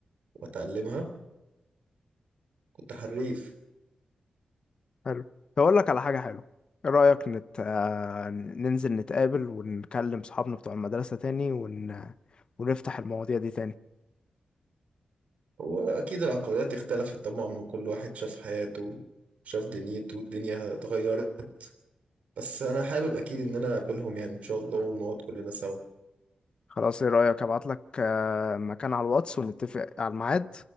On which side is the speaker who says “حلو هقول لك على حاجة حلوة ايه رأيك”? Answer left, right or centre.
Left